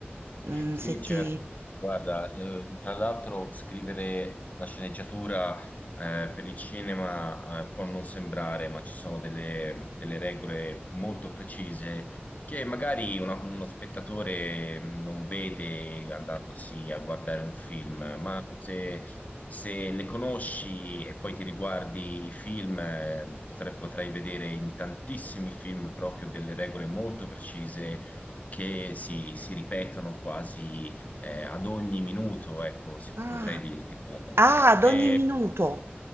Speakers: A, on the right; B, on the left.
A: Mm,
B: Sì,
A: se
B: certo.
A: ti...
B: Guarda, eh, tra l'altro scrivere la sceneggiatura eh, per il cinema eh, può non sembrare, ma ci sono delle, delle regole molto precise che magari una- uno spettatore non vede andandosi a guardare un film, ma se, se le conosci e poi ti riguardi i film, eh, potrai, potrai vedere in tantissimi film proprio delle regole molto precise che si, si ripetono quasi eh, ad ogni minuto, ecco, si-
A: Ah,
B: potrei dirti. guarda.
A: Ah, ad
B: Eh,
A: ogni minuto.